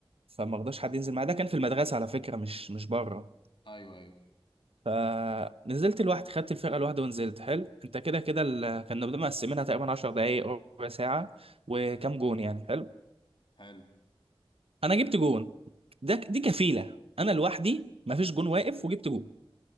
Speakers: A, on the right; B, on the left.
A: فما رضاش حد ينزل معايا ده كان في المدرسه على فكره مش مش بره
B: ايوه ايوه
A: فنزلت لوحدي خدت الفرقه لوحدي ونزلت حلو انت كده كده ال... كنا بنبقى مقسمينها تقريبا 10 دقائق ربع ساعه وكام
B: م.
A: جون يعني حلو
B: حلو
A: انا جبت جون ده دي كفيله انا لوحدي ما فيش جون واقف وجبت جون